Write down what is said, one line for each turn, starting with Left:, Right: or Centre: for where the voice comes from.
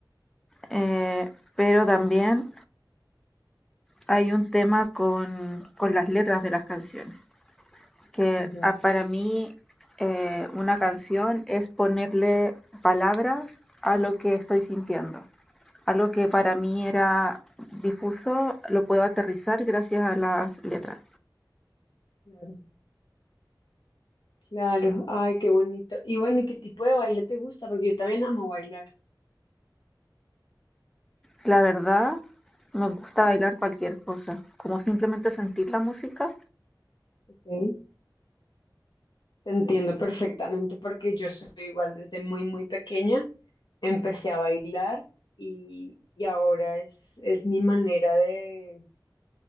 Centre: Eh, pero también hay un tema con, con las letras de las canciones. que
Left: Ya,
Centre: ah, para mí eh, una canción es ponerle palabras a lo que estoy sintiendo. Algo que para mí era difuso, lo puedo aterrizar gracias a las letras.
Left: claro. Claro, ay, qué bonito. Y bueno, ¿y qué tipo de baile te gusta? Porque yo también amo bailar.
Centre: La verdad, me gusta bailar cualquier cosa, como simplemente sentir la música.
Left: Ok. Te entiendo perfectamente porque yo soy igual desde muy, muy pequeña. Empecé a bailar y, y ahora es, es mi manera de